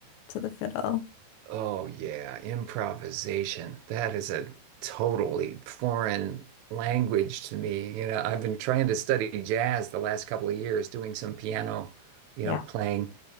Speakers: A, on the left; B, on the right.
A: to the fiddle.
B: Oh, yeah, improvisation. That is a totally foreign language to me. You know, I've been trying to study jazz the last couple of years, doing some piano, you
A: Yeah.
B: know, playing,